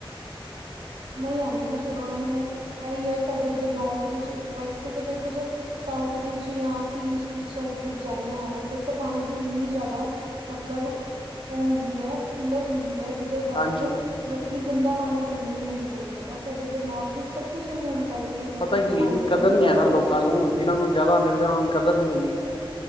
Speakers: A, on the right; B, on the left.
A: ਨਹੀਂ ਆਂਦੀ ਨਾ ਸਰ ਉਹਨਾਂ ਨੂੰ ਇਹੀ ਹੈ ਸਾਡੇ ਇੱਧਰ ਨੋੌਰਥ ਵਿੱਚ ਵੈਕਸੀ ਤਾਂ ਦੇਖੋ ਸਰ ਸਾਊਥ ਵਿੱਚ ਜਾਂ ਅਸੀਂ ਈਸਟ ਵਿੱਚ ਸਾਈਡ ਵਿੱਚ ਜਾਂਦੇ ਹਾਂ ਉੱਧਰ ਤਾਂ ਪਾਣੀ ਦੀ ਇੰਨੀ ਜ਼ਿਆਦਾ ਮਤਲਬ ਉਹ ਹੁੰਦੀ ਹੈ ਕਿੱਲਤ ਹੁੰਦੀ ਹੈ ਜਿ ਕਰਕੇ
B: ਹਾਂਜੀ
A: ਲੋਕੀ ਗੰਦਾ ਪਾਣੀ ਪੀਣ ਨੂੰ ਵੀ ਮਜਬੂਰ ਨੇ ਔਰ ਸਾਡੇ ਇੱਧਰ ਨੌਰਥ ਵਿੱਚ ਸਭ ਕੁਛ ਸਹੀ ਹੋਣ ਕਰਕੇ ਵੀ ਲੋਕੀ
B: ਪਤਾ
A: ਇੱਥੇ
B: ਕੀ ਹੈ
A: ਪਾਣੀ
B: ਜੀ
A: ਦੀ
B: ਕਦਰ
A: ਇੰਨੀ
B: ਨੀ
A: ਜ਼ਿਆਦਾ
B: ਹੈ ਨਾ ਲੋਕਾਂ
A: ਵੇਸਟੇਜ
B: ਨੂੰ
A: ਕਰਦੇ
B: ਜਿਹਨਾਂ ਨੂੰ ਜ਼ਿਆਦਾ ਮਿਲਦਾ ਓਨੂੰ ਕਦਰ ਨੀ ਹੈਗੀ